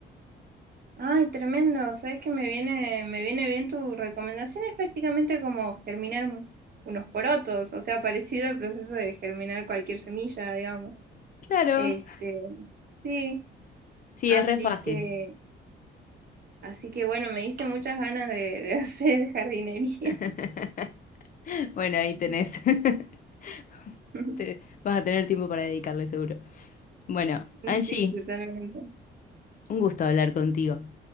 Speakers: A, on the right (about 50°); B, on the left (about 45°).
A: Ay, tremendo, sabes que me viene, me viene bien tu recomendación, es prácticamente como germinar un- unos porotos, o sea, parecido al proceso de germinar cualquier semilla, digamos.
B: Claro,
A: Este, sí,
B: sí,
A: así
B: es re fácil.
A: que, así que bueno, me diste muchas ganas de, <laughs> de hacer jardinería.
B: <laughs> Bueno, ahí tenés. <laughs>
A: <laughs>
B: Te- vas a tener tiempo para dedicarle seguro. Bueno, Angie,
A: Sí, totalmente.
B: un gusto hablar contigo.